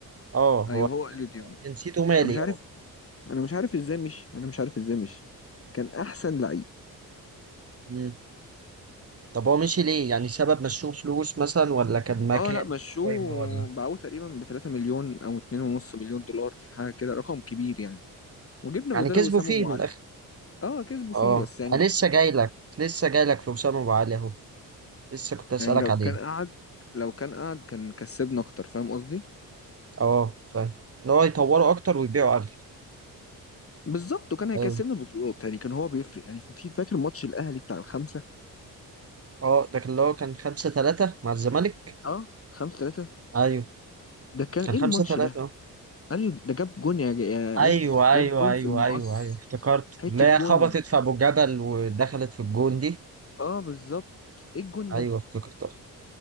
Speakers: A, on the right; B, on the left.
A: آه هو
B: ايوه هو اليو ديونج
A: جنسيته مالي
B: انا مش عارف
A: آه
B: انا مش عارف ازاي مشي انا مش عارف ازاي مشي كان احسن لعيب
A: مم. طب هو مشي ليه؟ يعني سبب مشوه فلوس مثلا ولا كان مكان
B: اه لا مشوه
A: في القايمة ولا
B: باعوه تقريبا ب 3 مليون او 2.5 مليون دولار حاجه كده رقم كبير يعني وجبنا
A: يعني
B: بداله
A: كسبوا
B: وسام
A: فيه
B: ابو
A: من
B: علي
A: الآخر
B: اه كسبوا فيه
A: آه
B: بس يعني
A: أنا لسه جاي لك لسه جاي لك في أسامة أبو علي أهو لسه كنت أسألك
B: يعني لو
A: عليه
B: كان قعد لو كان قعد كان كسبنا اكتر فاهم قصدي
A: اه فاهم ان هو يطوروا اكتر ويبيعوا اغلى
B: بالظبط وكان هيكسبنا
A: ايوه
B: بطولات يعني كان هو بيفرق يعني في فاكر ماتش الاهلي بتاع الخمسه
A: اه ده كان اللي هو كان 5 3 مع الزمالك
B: اه 5 3
A: ايوه
B: ده كان
A: كان
B: ايه
A: 5
B: الماتش
A: 3
B: ده قال لي ده جاب جون يا, جا- يا
A: ايوه
B: عايز
A: ايوه
B: جاب جون
A: ايوه
B: في المقص
A: ايوه ايوه افتكرت
B: حته
A: اللي هي
B: جون
A: خبطت في ابو جبل ودخلت في الجون دي
B: اه بالظبط ايه الجون
A: ايوه
B: ده
A: افتكرتها